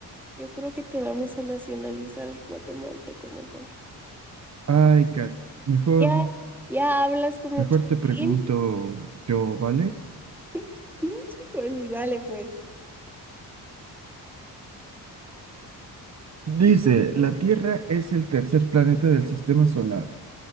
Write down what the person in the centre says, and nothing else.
yo creo que te vamos a nacionalizar guatemalteco mejor.
Ya, ya hablas como
Chapín.
<laughs> Pinche Juan, y dale pues.